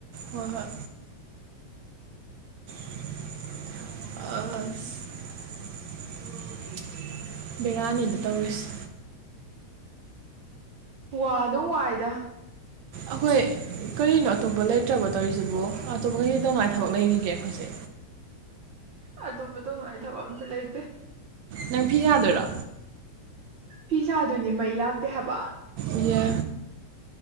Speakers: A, on the right; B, on the right.
A: ꯍꯣꯏ ꯍꯣꯏ ꯑꯁ <unintelligible> ꯕ‌ꯦꯔꯥꯅꯤꯗ ꯇꯧꯔꯤꯁ
B: ꯋꯥꯗꯨꯝ ꯋꯥꯏꯗ
A: ꯑꯩꯈꯣꯏ ꯀꯔꯤꯅꯣ ꯑꯇꯣꯞꯄ ꯂꯩꯇ꯭ꯔꯕ ꯇꯧꯔꯤꯁꯤꯕꯨ ꯑꯇꯣꯞꯄ ꯀꯩꯀꯩ ꯇꯧꯅꯉꯥꯏ ꯊꯕꯛ ꯂꯩꯔꯤꯒꯦ ꯑꯩꯈꯣꯏꯁꯦ
B: ꯑꯇꯣꯞꯄ ꯇꯧꯅꯉꯥꯏ ꯊꯕꯛ ꯑꯝꯇ ꯂꯩꯇꯦ
A: ꯅꯪ ꯐꯤ ꯁꯥꯗꯣꯏꯔꯣ
B: ꯐꯤ ꯁꯥꯗꯣꯏꯅꯤ ꯃꯩ ꯂꯥꯛꯇꯦ ꯍꯥꯏꯕ
A: ꯏꯍꯦ